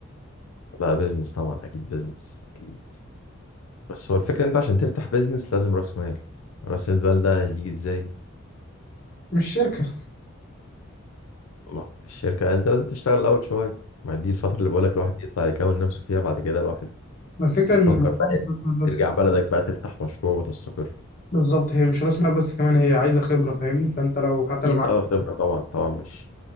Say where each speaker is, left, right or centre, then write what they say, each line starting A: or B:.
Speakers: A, on the left; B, on the left.
A: لا بيزنس طبعا اكيد بيزنس اكيد بس هو الفكره انت عشان تفتح بيزنس لازم راس مال راس المال ده يجي ازاي
B: مش شركه
A: ما الشركه انت لازم تشتغل الاول شويه ما دي الفتره اللي بقولك الواحد يطلع يكون نفسه فيها بعد كده الواحد
B: ما الفكره
A: يفكر
B: ان الموضوع
A: بقى إيه،
B: مش راس مال بس
A: ترجع بلدك بقى تفتح مشروع وتستقر
B: بالظبط هي مش راس مال بس كمان هي عايزه خبره فاهمني فانت لو حتى
A: اكيد
B: لو معاك
A: اه خبرة طبعا طبعا مش